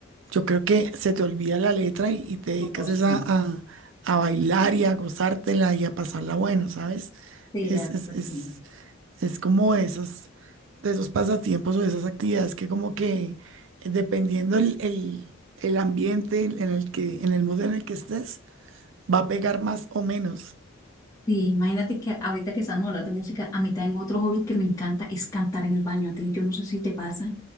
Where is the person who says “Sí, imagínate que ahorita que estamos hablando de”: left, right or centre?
Left